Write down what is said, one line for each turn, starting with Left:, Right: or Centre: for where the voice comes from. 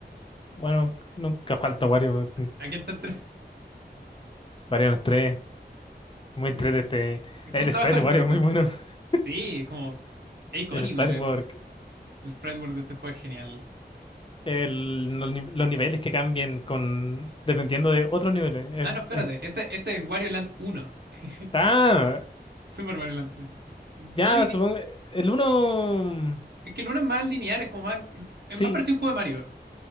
Left: Bueno, nunca falta Wario, es un-
Right: Aquí está el 3.
Left: Wario en el 3. Es muy
Right: De-
Left: entrete este.
Right: de
Left: El
Right: justo
Left: sprite
Right: abajo
Left: de
Right: el
Left: Wario
Right: 2
Left: es
Right: del-
Left: muy bueno. <laughs>
Right: Sí, es como... Es icónico,
Left: El sprite
Right: el,
Left: work.
Right: el sprite world de este juego es genial.
Left: El, los, ni- los niveles que cambian con dependiendo de otros niveles. Eh,
Right: Ah, no, espérate.
Left: en-
Right: Este, este es Wario Land uno <laughs>
Left: ah,
Right: Super Mario Land tres No
Left: ya,
Right: diría...
Left: supongo. El uno
Right: Es que el uno es más lineal, es como más... Es
Left: Sí,
Right: más parecido a un juego de Mario.